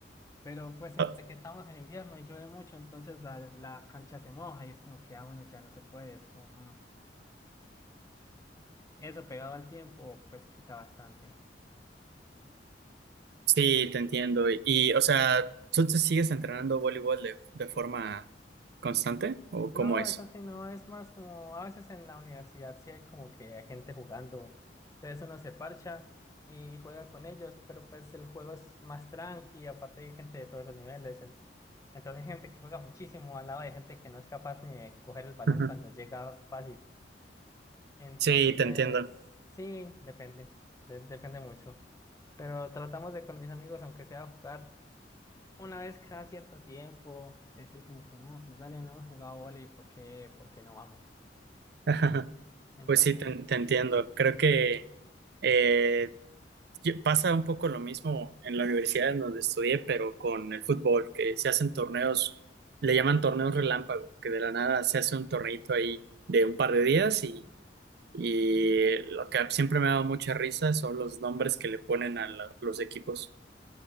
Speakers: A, on the left (about 20°); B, on the right (about 65°).
A: pero pues
B: Ah,
A: entre que estamos en invierno y llueve mucho, entonces la, la cancha se moja y es como que, ah, bueno, ya no se puede, es como, mm. Eso pegado al tiempo, pues quita bastante.
B: Sí, te entiendo. Y, o sea, ¿tú te sigues entrenando voleibol de, de forma constante o cómo
A: No,
B: es?
A: es así, no, es más como a veces en la universidad sí hay como que hay gente jugando, entonces uno se parcha y juega con ellos, pero pues el juego es más tranqui, aparte hay gente de todos los niveles, es- entonces hay gente que juega muchísimo al lado de gente que no es capaz ni de coger el balón
B: Ujú.
A: cuando llega fácil, entonces
B: Sí, te entiendo.
A: sí, depende, de- depende mucho, pero tratamos de con mis amigos, aunque sea jugar una vez cada cierto tiempo, decir como que, no, pues dale, no hemos jugado vóley, ¿por qué, por qué no vamos?
B: <laughs>
A: Entonces,
B: Pues sí, te,
A: sí.
B: te entiendo. Creo que eh, Y Pasa un poco lo mismo en la universidad en donde estudié, pero con el fútbol, que se hacen torneos, le llaman torneos relámpago, que de la nada se hace un torneito ahí de un par de días y, y lo que siempre me ha dado mucha risa son los nombres que le ponen a la- los equipos.